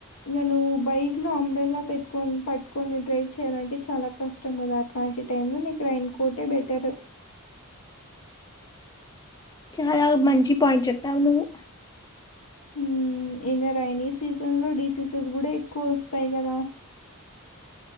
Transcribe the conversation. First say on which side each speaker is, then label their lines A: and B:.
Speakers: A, on the left; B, on the left.
A: ఇంకా నువ్వు బైక్ లో అంబ్రెలా పెట్టుకొని పట్టుకొని డ్రైవ్ చేయాలంటే చాలా కష్టం కష్టమ్ గదా అట్లాంటి టైంలో నీకు రైన్కోటే బెటర్
B: చాలా మంచి పాయింట్ చెప్పావు నువ్వు
A: ఊ ఇంగా రైని సీజన్ లో డిసీజెస్ కూడా ఎక్కువ వస్తాయి గదా